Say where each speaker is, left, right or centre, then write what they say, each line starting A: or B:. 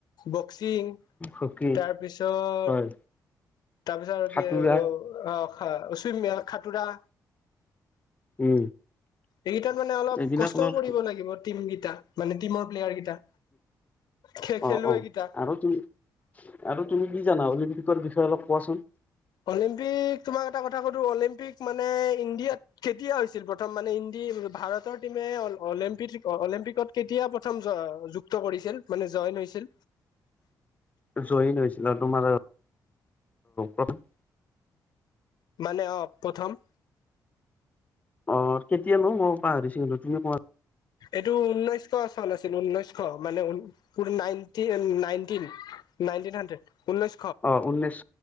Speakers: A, on the left; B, on the left.
A: বক্সিং।
B: হকী
A: তাৰপিছত,
B: হয়
A: তাৰপিছত আৰু
B: সাঁতোৰা
A: কি অ খাখোচিম খাতোৰা।
B: উম।
A: এইগিটাত মানে অলপ
B: এইবিলাক
A: কষ্টও
B: অলপ
A: কৰিব লাগিব টিম গিটা মানে টিমৰ প্লেয়াৰ গিটা। খে, খেলোৱে
B: অ অ
A: গিটা।
B: আৰু তুমি আৰু তুমি কি জানা? অলিম্পিকৰ বিষয়ে অলপ কোৱাচোন।
A: অলিম্পিক তোমাক এটা কথা সুধোঁ অলিম্পিক মানে ইণ্ডিয়াত কেতিয়া হৈছিল প্ৰথম মানে ইন্দি ভাৰতৰ টিমে অলিম্প অলিম্পিকত কেতিয়া প্ৰথম জ যুক্ত কৰিছিল মানে জইন হৈছিল?
B: জ ইন হৈছিল আৰু তোমাৰ প্ৰথম
A: মানে অ, প্ৰথম।
B: অ, কেতিয়ানো? মই পাহৰিছো হ'লো তুমি কোৱা।
A: এইটো ঊনৈশ চন আছিল ঊনৈশ মানে ঊ। নাইনট নাইনটিন হাড্ৰেড ঊনৈছ
B: অ, উনৈছ